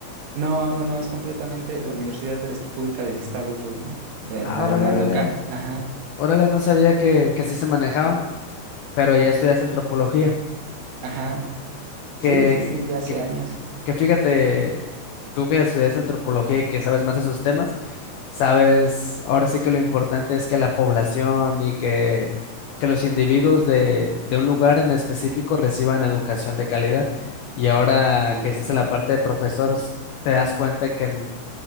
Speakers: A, on the right; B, on the left.
A: No, no, no, es completamente la universidad este, pública del estado, pues, ¿no? La,
B: Ah,
A: la,
B: órale,
A: la
B: órale.
A: local, ajá,
B: Órale, no sabía que, que así se manejaban, pero ahí estudiaste antropología.
A: ajá.
B: ¿Qué,
A: Sí, sí, sí, ya hace
B: qué
A: años.
B: que fíjate, tú que estudias antropología y que sabes más esos temas, sabes, ahora sí que lo importante es que la población y que, que los individuos de, de un lugar en específico reciban educación de calidad. Y ahora
A: Sí,
B: que estás en la parte de profesores, te das cuenta que en-